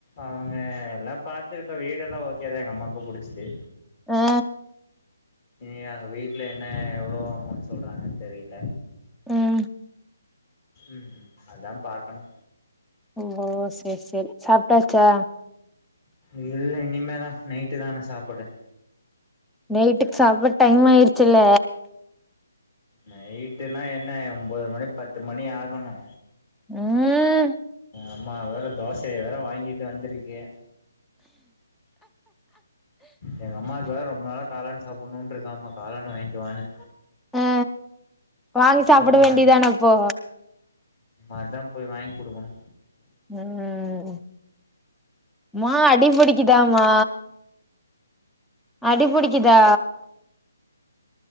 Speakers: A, on the left; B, in the centre.
A: அவங்க எல்லா பாத்துருக்கோ வீடெல்லா ஓக்கோ தா எங்க அம்மாக்கு புடிச்சது
B: ஆ
A: இனி அங்க வீட்ல என்ன எவ்ளோ அமௌண்ட் சொல்றாங்கன்னு தெரியில
B: ம்
A: ம் அதா பாக்கணு
B: ஓ செரி செரி சாப்ட்டாச்சா
A: இல்ல இனிமே தா நைட்டு தா ன சாப்புடு
B: நைட்டுக்கு சாப்பட டைம் ஆயிருச்சில்ல
A: நைட்டுன்னா என்ன ஒம்பது மணி பத்து மணி ஆகனு
B: ம்
A: அம்மா வேற தோசைய வேற வாங்கிட்டு வந்திருக்கே எங்க அம்மாக்கு வேற ரொம்ப நாளா காலான் சாப்புடுணுன்னு இருக்காம்மா காளானு வாங்கிட்டு வானு
B: ஆ வாங்கி சாப்பட
A: போவா
B: வேண்டி தான அப்போ
A: அதா போய் வாங் குடுகணு
B: ம் மா அடிபுடிகிதாமா அடிபுடிக்கிதா